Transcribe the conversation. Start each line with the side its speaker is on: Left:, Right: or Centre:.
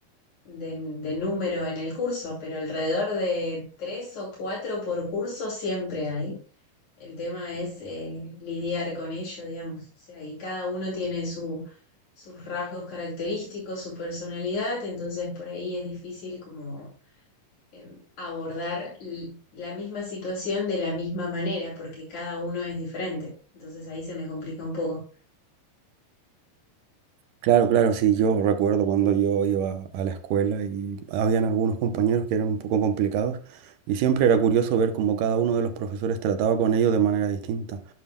Left: de, de número en el curso, pero alrededor de tres o cuatro por curso siempre hay. El tema es eh, lidiar con ello, digamos. O sea, y cada uno tiene su, sus rasgos característicos, su personalidad, entonces por ahí es difícil como eh, abordar la misma situación de la misma manera, porque cada uno es diferente. Entonces ahí se me complica un poco.
Right: Claro, claro, sí, yo recuerdo cuando yo iba a la escuela y habían algunos compañeros que eran un poco complicados y siempre era curioso ver cómo cada uno de los profesores trataba con ellos de manera distinta.